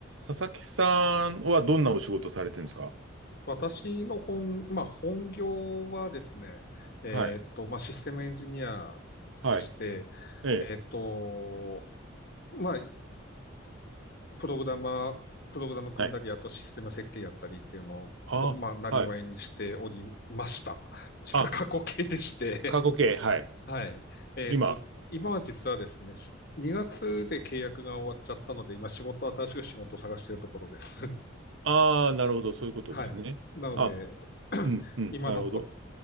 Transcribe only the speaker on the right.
佐々木さんはどんなお仕事されてるんですか
はい。
はい。
ええ。
はい。
あ、
はい。
あ、過去形。
はい。
今。
ああ、なるほど。そういうことですね。
あ、うん、
うん。
なるほど。